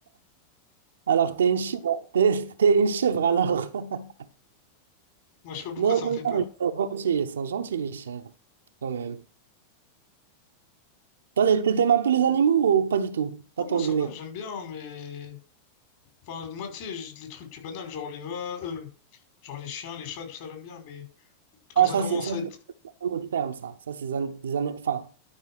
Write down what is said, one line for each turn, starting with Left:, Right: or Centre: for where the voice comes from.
Right: alors, t'es une chèvre, t'es, t'es une chèvre alors. <laughs>
Left: Moi, je sais pas pourquoi
Right: Non,
Left: ça
Right: non,
Left: me fait peur.
Right: non, ils sont gentils, ils sont gentils les chèvres, quand même. Toi, t'aimes t'aimes un peu les animaux ou pas du tout? Pas
Left: Non,
Right: ton
Left: moi, ça
Right: délire.
Left: va, j'aime bien, mais. Enfin, moi, tu sais, j- les trucs banals, genre les va... euh, genre les chiens, les chats, tout ça, j'aime bien, mais quand
Right: Ah,
Left: ça
Right: ça,
Left: commence
Right: c'est ça,
Left: à être
Right: c'est des animaux de ferme, ça. Ça, c'est des, an- des ani- enfin,